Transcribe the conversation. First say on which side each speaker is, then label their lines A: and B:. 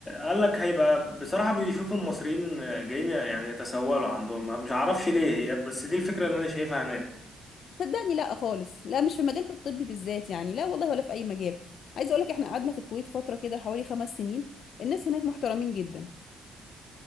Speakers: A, on the left; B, on the left.
A: قال لك هيبقى بصراحة بيشوف المصريين جايين يعني يتسولوا عندهم ما- مش عارفش ليه هي بس دي الفكرة اللي انا شايفها هناك
B: صدقني لا خالص لا مش في المجال الطبي بالذات يعني لا والله ولا في أي مجال عايزة أقولك احنا قعدنا في الكويت فترة كده حوالي خمس سنين الناس هناك محترمين جدا